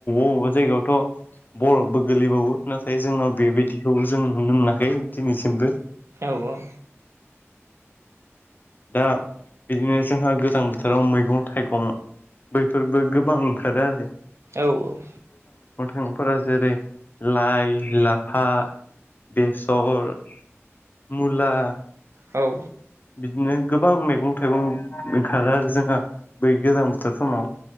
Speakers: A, on the left (about 40°); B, on the right (about 65°).
A: अबबा जायगायावथ' बरफबो गोलैबावो नाथाय जोंनाव बेबायदिखौ जों नुनो मोनाखै दिनैसिमबो
B: औ औ
A: दा बिदिनो जोंहा गोजां बोथोराव मैगं थाइगं बैफोरबो गोबां ओंखारो आरो।
B: औ औ
A: सुबुंफोरा जेरै लाइ, लाफा, बेसर मुला
B: औ
A: बिदिनो गोबां मैगं थाइगं ओंखारो आरो जोंहा बै गोजां बोथोर समाव